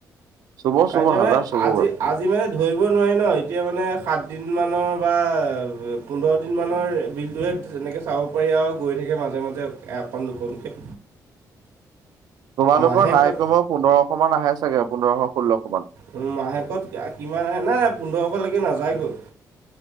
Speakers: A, on the right (about 65°); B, on the right (about 80°).
A: চুব
B: কাইলৈ
A: চুব হাজাৰ
B: মানে
A: চুবগৈ
B: আজি। আজি মানে ধৰিব নোৱাৰি ন এতিয়া মানে সাতদিনমানৰ বা পোন্ধৰ দিনমানৰ বিলটোহে এনেকৈ চাব পাৰি আউ গৈ থাকে মাজে - মাজে এখন দুখন কে
A: তোমালোকৰ
B: মাহেকত
A: নাই কমেও পোন্ধৰশ মান আহে চাগে পোন্ধৰশ ষোল্লশ মান?
B: উম মাহেকত কিমান আহে নাই নাই পোন্ধৰশলৈকে নাযায়গৈ।